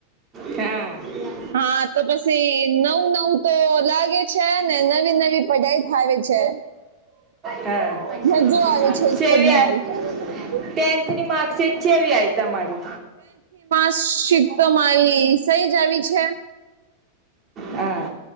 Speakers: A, on the right (about 30°); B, on the right (about 60°).
A: છેાર <unintelligible>
B: હા તો પછી નવું નવું તો લાગે છે ને નવી નવી પઢઈ થાય છે.
A: હા
B: મજો આવે છે
A: છેવી
B: સ્કૂલમાં
A: આ-
B: ટેન્થ
A: ટેન્થની માર્કશીટ કેવી આય તમારી-
B: શીખતો મારી સહી જ આવી છે
A: હા